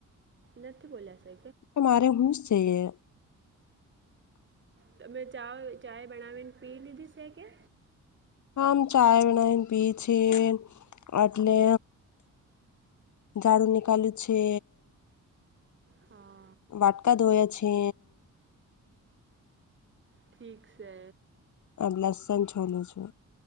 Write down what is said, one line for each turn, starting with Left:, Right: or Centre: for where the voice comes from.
Right: નથી બોલે્યા સા
Left: તમા મારે હુંશ જઈએ
Right: ત મેમે ચા ચાય બનાવીને પી લીધી છે કે
Left: હમ ચાય બનાવીને પી છે એટલે ઝાડું નિકાલું છે.
Right: હા
Left: વાટકા ધોયા છે
Right: ઠીક છે
Left: આ લસન છોલ છો